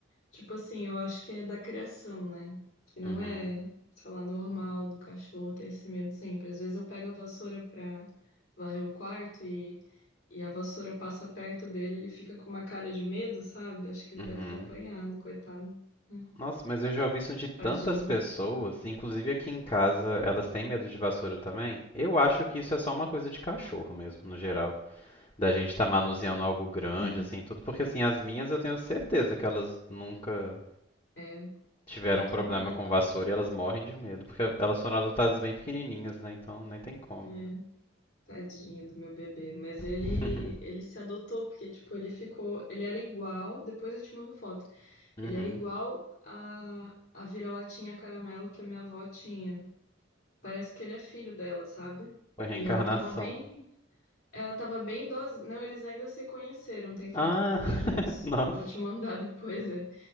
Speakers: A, on the left (about 65°); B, on the left (about 30°).
A: tipo assim, eu acho que é da criação, né? Que não
B: Uhum,
A: é, sei lá, normal do cachorro ter esse medo sempre. Às vezes eu pego a vassoura pra varrer o quarto e, e a vassoura passa perto dele, ele fica com uma cara de medo, sabe? Acho que ele
B: uhum.
A: deve ter apanhado, coitado, né?
B: Nossa, mas eu já ouvi isso de tantas
A: Tadinho.
B: pessoas, inclusive aqui em casa, elas têm medo de vassoura também. Eu acho que isso é só uma coisa de cachorro mesmo, no geral. Da gente estar manuseando algo grande,
A: Sim.
B: assim, tudo, porque assim, as minhas eu tenho certeza que elas nunca
A: É,
B: tiveram
A: ai, tomara.
B: um problema com vassoura e elas morrem de medo, porque elas foram adotadas bem pequenininhas, né? Então nem tem como.
A: É, tadinho do meu bebê. Mas ele,
B: <laughs>
A: ele se adotou, porque, tipo, ele ficou. Ele era igual. Depois eu te mando foto.
B: uhum.
A: Ele é igual a, a vira-latinha caramelo que a minha avó tinha. Parece que ele é filho dela, sabe?
B: Foi reencarnação.
A: E ela tava bem. Ela tava bem idosa. Não, eles ainda se conheceram. Tem foto
B: Ah,
A: dos dois juntos.
B: <laughs> nossa.
A: Eu vou te mandar <laughs> depois, é.